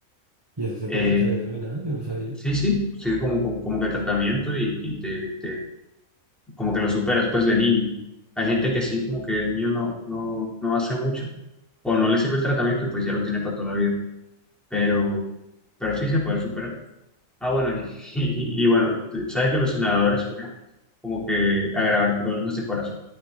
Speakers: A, on the right (about 20°); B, in the centre.
A: ¿Y eso se
B: Eh,
A: puede quitar de la nada? Yo no sabía.
B: Sí, sí, sigue como, como, como que tratamiento y, y te, te- como que lo superas pues de niño. Hay gente que sí, como que de niño no, no, no hace mucho o no le sirve el tratamiento y pues ya lo tiene para toda la vida, pero, pero sí se puede superar. Ah, bueno, y, <laughs> y, y bueno, sabes que los inhaladores suelen como que agravar problemas de corazón.